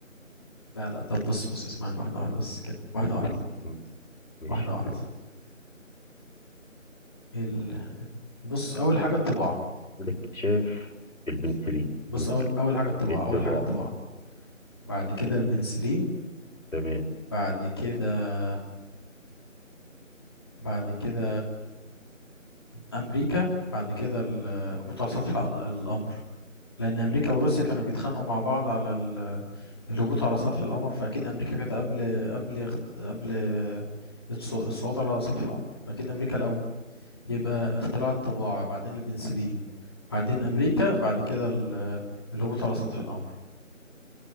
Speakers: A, on the left (about 20°); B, on the left (about 75°).
A: لا لا طب بص بص اسمعني واحده واحده بس كده واحده واحده
B: مم. ماشي
A: واحده واحده ال... بص اول حاجه الطباعه
B: عندك اكتشاف البنسلين
A: بص
B: مم.
A: بص، اول اول حاجه الطباعه
B: الطباعه
A: اول حاجه الطباعه بعد كده البنسلين
B: تمام
A: بعد كده بعد كده امريكا بعد كده الهبوط على سطح ال- القمر لأن أمريكا وروسيا كانوا بيتخانقوا مع بعض على ال- الهبوط على سطح القمر فأكيد أمريكا كانت قبل قبل قبل الص- الصعود على سطح القمر فأكيد أمريكا الأول يبقى اختراع الطباعة بعدين البنسلين بعدين أمريكا بعد كده ال- الهبوط على سطح القمر